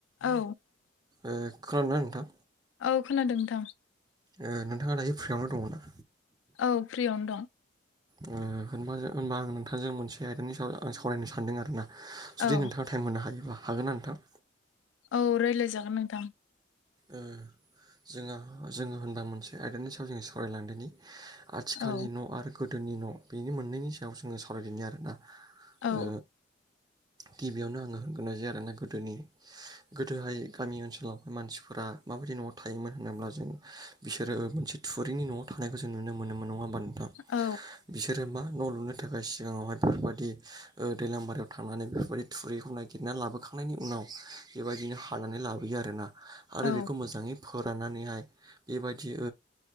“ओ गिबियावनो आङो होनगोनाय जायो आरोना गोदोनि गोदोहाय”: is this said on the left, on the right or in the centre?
Right